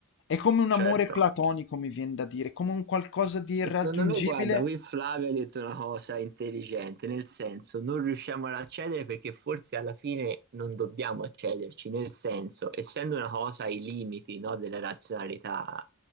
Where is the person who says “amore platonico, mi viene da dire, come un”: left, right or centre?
Left